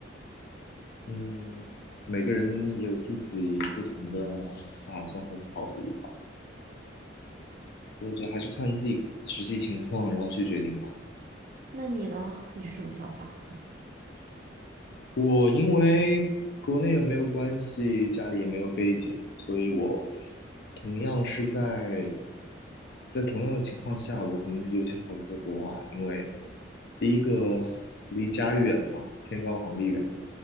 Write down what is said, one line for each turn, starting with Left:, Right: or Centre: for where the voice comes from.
Left: 嗯，每个人也有自己不同的打算和考虑吧，所以我觉得还是看自己实际情况，然后去决定吧。
Right: 那你呢？你是什么想法？
Left: 我因为国内也没有关系，家里也没有背景，所以我同样是在在同样的情况下，我肯定是优先考虑在国外，因为第一个离家远嘛，天高皇帝远的，